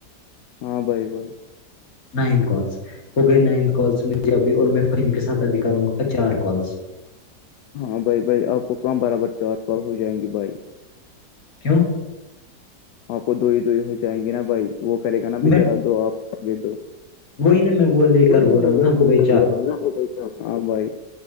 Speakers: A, on the left (about 80°); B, on the left (about 55°).
A: ہاں بھائی بھائی
B: نائن کالس ہو گئی نائن کالس میںجھ ابھی اور میں فم کے ساتھ ابھی کروں گا چار کالس
A: ہاں بھائی بھائی آپ کو کہاں برابر چار پر ہو جائیں گے بھائی
B: کیوں
A: آپ کو دوئی دئی ہو جائیں گی نا بھائی وہ کرے گا نا بچارا
B: میں
A: دو آپ کو آگے دو
B: وہی نا میں وہ لے
A: کوئی
B: کر
A: نہیں
B: بول رہا
A: میں
B: ہوں
A: وہ
B: نا ہو
A: لے
B: گئی
A: کر
B: چار
A: بول رہا ہوں نا بھائی